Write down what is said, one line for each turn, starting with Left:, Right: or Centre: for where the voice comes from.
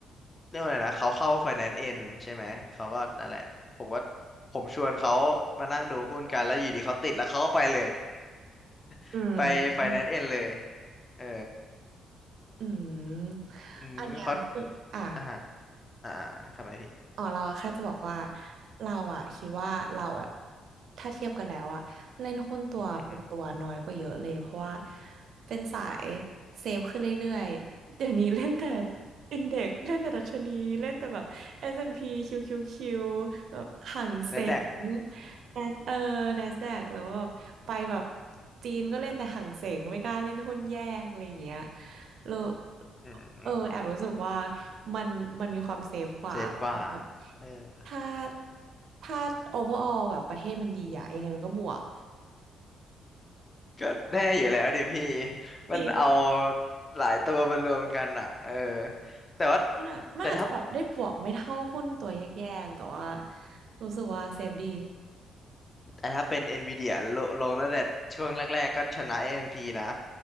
Left: เรียกว่าอะไรนะเขาเข้า f i แ a นซ์เอ็นใช่ไหมเขาก็นั่นแหละผมก็ผมชวนเขามานั่งดูหุ้นกันแล้วอยู่ดีเขาติดแล้วเขาก็ไปเลย
Right: <laughs>
Left: <laughs>
Right: อืม
Left: ไป f i แ a นซ์เอ็นเลยเออ
Right: อืม
Left: อืมเขา
Right: อันเนี้ยคืออ่ะ
Left: อ่ะฮะอ่าทำไมพี่
Right: อ๋อเราแค่จะบอกว่าเราอะคิดว่าเราอะถ้าเทียบกันแล้วอะเล่นหุ้นตัวเป็นตัวน้อยกว่าเยอะเลยเพราะว่า
Left: อือหือ
Right: เป็นสายเซฟขึ้นเรื่อยๆเดี๋ยวนี้เล่นแต่อินเด็กเล่นแต่ดัชนีเล่นแต่แบบ S&P QQQ แอนด์พีคิวคิวคิวแบบห่างเสง
Left: <laughs> แนดแดก
Right: Nas- เออ NASDAQ แล้วแบบไปแบบจีนก็เล่นแต่ห่างเสงไม่กล้าเล่นหุ้นแยกอะไรอย่างเงี้ย เรา
Left: <laughs> อืม
Right: เออแอบรู้สึกว่ามันมันมีความเซฟกว่าแล้วก็
Left: เซฟกว่าเออ
Right: ถ้าถ้า overall แบบประเทศมันดีอะยังไงมันก็บวก
Left: ก็แน่อยู่แล้วดิพี่
Right: จริง
Left: มันเอาหลายตัวมารวมกันอ่ะเออแต่ว่า
Right: มันอาจมันอาจจะแบบได้บวกไม่เท่าหุ้นตัวแยกๆแต่ว่า
Left: แต่ถ้า
Right: รู้สึกว่าเซฟดี
Left: แต่ถ้าเป็น NVIDIA ลงลงตั้งแต่ช่วงแรกๆก็ชนะ AMD นพีนะ